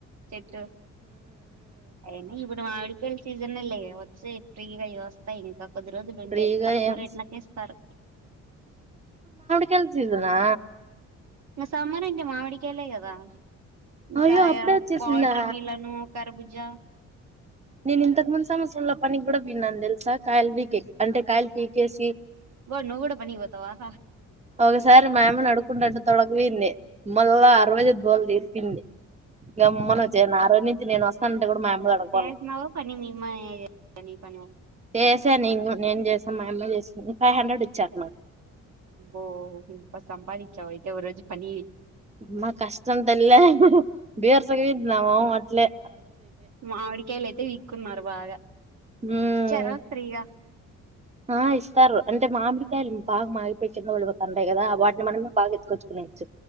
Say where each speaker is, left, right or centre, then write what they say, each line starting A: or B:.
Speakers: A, on the right (about 60°); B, on the right (about 20°).
A: చెట్టు అయన్నీ జుబుడమాడి పిల్ సీజన్ లే వచ్చె ఫ్రీగా అయొస్తాయింక కొద్ది రోజులు ఉంటే
B: ఫ్రీగా
A: తక్కువ
B: ఏం
A: రేట్లకే ఇస్తారు
B: పిల్ సీసనా
A: మ సమ్మర్ ఇంట మావిడికాయలే గదా ఇంకా
B: అయ్యో అప్పుడే
A: యా
B: వచ్చేసిందా
A: పాటర్ మిలను కర్భుజా
B: నేను ఇంతకు ముందు సంవత్సరంలో పనికి కూడా పియ్నను తెలుసా కాయలు పీకేక్ అంటే కాయలు పీకేసి
A: గో నువ్వు కూడా పనికి పోతావా
B: ఒకసారి మా యమ్మని అడుకుంటాంటే తొడగిబొయింది మల్లా రోహిత్ గోల దీరిపొయింది గమ్మన వచ్చేహ్న ఆ రోజు నుంచి నేను వస్తానంటే గుడ మాయమ్మ దొడగపోల
A: చేసినావా పని మీ అమ్మ నీ పని
B: చేసా నేను నేన్ చేస్ మాయమ్మ చేసుంది ఫైవ్ హండ్రెడ్ ఇచ్చాను
A: అబ్బో ఇంప సంపాదిచ్చావు అయితే ఒ రోజు పని
B: అమ్మా కష్టం తల్లే బీర్సగవిద్ నా మొహమట్లే
A: మావిడికాయలు అయితే వీకున్నరు బాగా
B: ఉమ్
A: ఇచ్చారా ఫ్రీగా
B: ఆ ఇస్ అంటే మామిడికాయలు బా మాగిపోయి కిందపడి పోతాంటాయి గదా వాటిని మనం బాగెత్తుకొచ్చుకునైచ్చు.